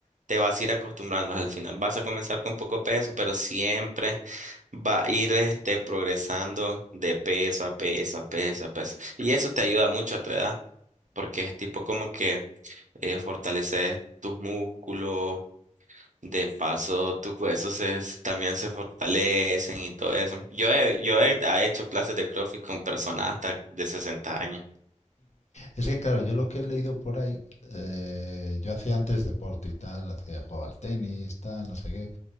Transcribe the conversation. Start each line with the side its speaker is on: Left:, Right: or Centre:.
Right: te vas a ir acostumbrando al final. Vas a comenzar con poco peso, pero siempre va a ir este, progresando de peso a peso a peso a peso. Y eso te ayuda mucho a tu edad, porque es tipo como que eh, fortaleces tus músculos. De paso, tus huesos se- se- también se fortalecen y todo eso. Yo he, yo he ha hecho clases de CrossFit con personas hasta de 60 años.
Left: es que claro, yo lo que he leído por ahí, eh, yo hacía antes deporte y tal, hacía, jugaba al tenis, tal, no sé qué,